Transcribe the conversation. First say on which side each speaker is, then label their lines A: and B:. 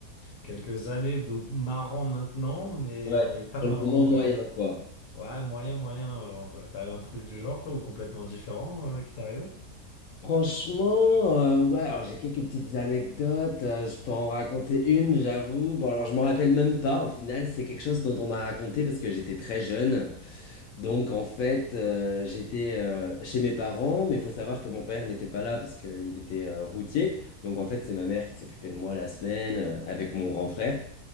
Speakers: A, on the left (about 85°); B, on the left (about 70°).
A: Quelques années, donc marrant maintenant, mais,
B: Ouais,
A: mais pas
B: sur
A: marrant,
B: le moment moyen
A: ouais.
B: quoi.
A: Ouais, moyen, moyen, euh, quoi. T'as un truc du genre, toi, ou complètement différent, euh, qui t'est arrivé?
B: Franchement, euh, ouais, alors j'ai quelques petites anecdotes, euh, je peux en raconter une, j'avoue. Bon, alors je m'en rappelle même pas, au final, c'est quelque chose dont on m'a raconté parce que j'étais très jeune. Donc en fait, euh, j'étais euh, chez mes parents, mais il faut savoir que mon père n'était pas là parce qu'il était euh, routier. Donc en fait, c'est ma mère qui s'occupait de moi la semaine euh, avec mon grand frère.